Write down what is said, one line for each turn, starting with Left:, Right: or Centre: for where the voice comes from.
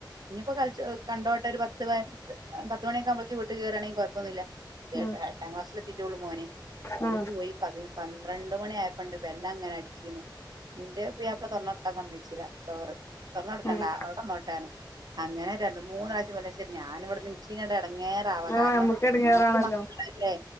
Right: ഇനിയിപ്പോ കളിച്ച് കണ്ടോട്ടെ ഒരു പത്ത് പതിനൊ പത്ത് മണിയൊക്കെയാകുമ്പോളേക്ക് വീട്ടീകയറാണെങ്കി കൊഴപ്പൊന്നൂല്ലാ ഇത്
Left: ഉം ഉം
Right: ട്ടാ എട്ടാം ക്ലാസിലെത്തിട്ടെയൊള്ളു മോന്
Left: ആ ആ
Right: ഇന്പോയി പതി പന്ത്രണ്ടുമണിയായപ്പണ്ട് ബെല്ലങ്ങനെ അടിക്കണ് എന്റെ പുയ്യാപ്ല തൊറന്നുകൊടുക്കാൻ സമ്മതിച്ചില്ല ഡോറ് തൊറന്നുകൊടുക്കണ്ട
Left: ആ
Right: അവിടെ നിന്നോട്ടേന്ന് അങ്ങനെ രണ്ടു മൂന്നാഴ്ച പലശ്യം ഞാനിവിടെന്ന് എനിക്കിങ്ങട് എടങ്ങേറാവാ
Left: ആ
Right: കാരണം
Left: നമ്മക്ക് എടങ്ങേറാണല്ലോ
Right: നമ്മക്ക് മക്കളല്ലേ